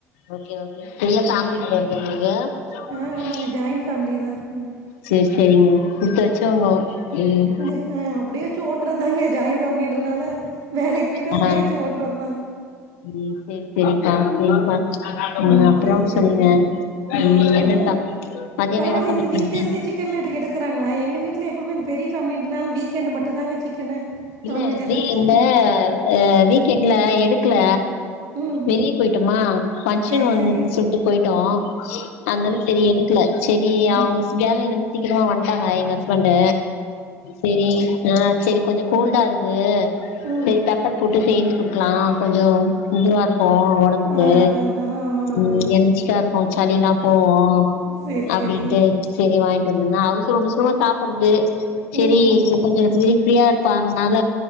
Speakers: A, on the left; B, on the right.
A: ஓக்கே ஓக்கே பெரிய ஃபேமிலி போல இருக்குதெ உங்களுக்கு
B: ஆ ஆமாங்க ஜாயின்ட் ஃபேமிலி தான் ம்
A: சேர் சேரிங்க குடுத்து வச்சுவங்க ம்
B: நெ அஹ் அப்படியே வெச்சு ஓட்ற்தாங்க ஜாயின் ஃபேமிலி ன்றனால வேலைக்கு போயிட்டு அப்படியே
A: ஆ
B: வச்சு ஓட்டுறத் தா
A: ம் சரி சரிப்பா சரிப்பா உம்
B: ம்
A: அப்புறோ
B: சரி சரிங்க
A: சொல்லுங்க
B: ஆ,
A: ம்
B: அப்போ
A: என்னத்தா
B: அது
A: மதியானோ
B: பரவாயில்ல
A: என்ன சமையல்
B: இந்த வீக்
A: பண்ணீங்க
B: டேஸ்லே சிக்கன் லா எடுக் கிறாங்களா எங்க வீட்டுல எப்பவுமே பெரிய ஃபேமிலி ன்றதுனால வீக்கெண்ட்டு மட்டூ தாங்க சிக்கனு
A: இல்ல
B: நான்வெஜ் எல்லாம்
A: நீ இந்த
B: ம்
A: அ வீக்கெண்ட்ல எடுக்கல
B: ம்
A: வெளியே போயிட்டோமா பங்கஷன்
B: சரி
A: வந்து
B: சரி
A: சுட்டு போயிட்டோ அந்தாலுக் சரி எடுக்கல சரி அவங்க
B: ம்
A: வேலைல இருந்து சீக்கிரமா வந்ட்டாங்க எங்க ஹஸ்பண்ட் சரி ஆ சரி கொஞ்சொ கோல்டா இருக்கூ
B: ம்
A: சரி பெப்பர் போட்டு செய்ஞ்சு குடுக்கலா கொஞ்சொ இதுவா இருக்கூ ஒடம்புக்கு
B: ஆ அதான் அதான் ஆ ஆ
A: ம்
B: ஆ.
A: எனர்ச்சிக்கா இருக்கோ சளில்லா போவோ
B: சரி
A: அப்டின்ட்டு
B: சரி
A: சரி வாங்கிட்டு வந்துருந்தே அவ்சரோ அவ்சரமா சாப்பிட்றது சரி
B: ம் ம்
A: இப்ப கொஞ்சொ ஃப்ரீ ஃப்ரீயா இருக் ப்பனால